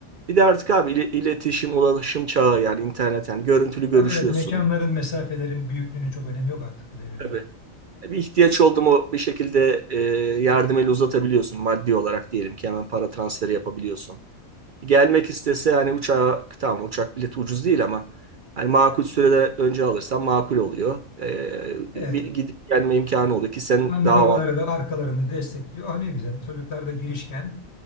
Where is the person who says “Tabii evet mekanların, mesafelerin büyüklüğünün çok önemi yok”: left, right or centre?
Left